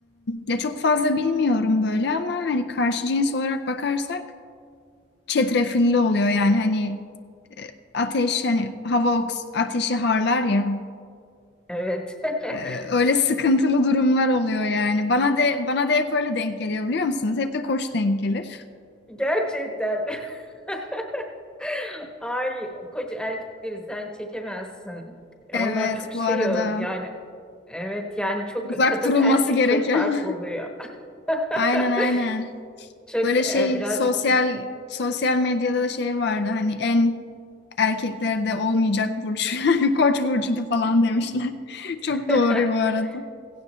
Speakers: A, on the left (about 55°); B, in the centre.
A: ya çok fazla bilmiyorum böyle ama hani karşı cins olarak bakarsak çetrefilli oluyor yani hani e, ateş hani hava oks ateşi harlar ya.
B: Evet. <laughs>
A: Ee, öyle sıkıntılı durumlar oluyor yani. Bana de bana da hep öyle denk geliyor biliyor musunuz? Hep de koç denk gelir.
B: Gerçekten. <laughs> Ay koç erkekleri sen çekemezsin.
A: Evet
B: Ya Onlar çok
A: bu
B: şey
A: arada
B: o- yani evet yani çok
A: uzak
B: kadını
A: durulması
B: erkeği
A: gereken.
B: çok farklı oluyor.
A: <laughs>
B: <laughs>
A: Aynen aynen.
B: Çok
A: Böyle
B: e,
A: şey
B: birazcık
A: sosyal sosyal medyada da şey vardı hani en erkeklerde olmayacak burç <laughs> koç burcudu falan demişler. <laughs> Çok
B: <laughs>
A: doğru bu arada.